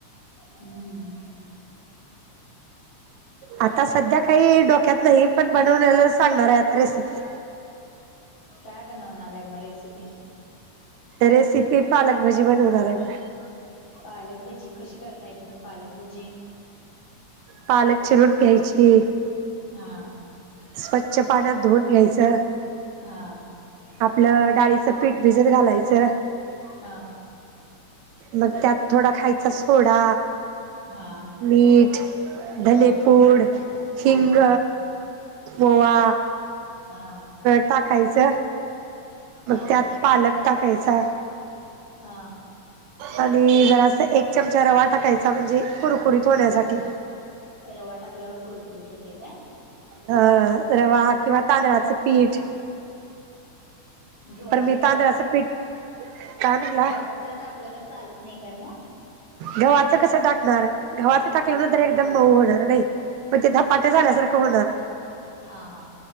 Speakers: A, on the left; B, on the right.
A: हम्म
B: आता सध्या काही डोक्यात नाही पण बनवन्याल सांगणार आहे आता रेसिपी
A: काय बनवणार आहे मग रेसिपी
B: रेसिपी पालकभजी बनवणार आहे बग
A: पालकभजी कशी करताय तुम्ही पालकभजी
B: पालक चिरून घ्यायची
A: हा
B: स्वच्छ पाण्यात धून घ्यायचं
A: हा
B: आपलं डाळीचं पीठ भिजत घालायचं
A: हा
B: मग त्यात थोडा खायचा सोडा
A: हा
B: मीठ
A: हा
B: धनेपूड हिंग
A: हा
B: ओवा
A: हा
B: टाकायच मग
A: हा
B: त्यात पालक टाकायचा
A: हा
B: आणि जरा अस एक चमचा रवा टाकायचा म्हणजे कुरकुरीत होण्यासाठी
A: रवा टाकल्यावर कुरकुरीत होते काय
B: अ रवा किंवा तांदळाचं पीठ
A: गव्हाच
B: पण मी तांदळाचं पीठ काय म्हणला
A: गव्हाच टाकलं तर चालत नाही काय मग
B: गव्हाचं कसं टाकणार गव्हाचं टाकल्यानंतर एकदम मऊ होणार नाही मग धपाट झाल्यासारखं होणार
A: हा हा